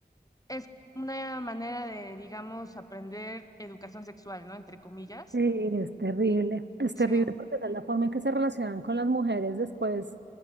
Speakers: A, on the left; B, on the right.
A: es una manera de, digamos, aprender educación sexual, ¿no? Entre comillas.
B: Sí, es terrible, es
A: Sí,
B: terrible porque esa es la forma en que se relacionan con las mujeres después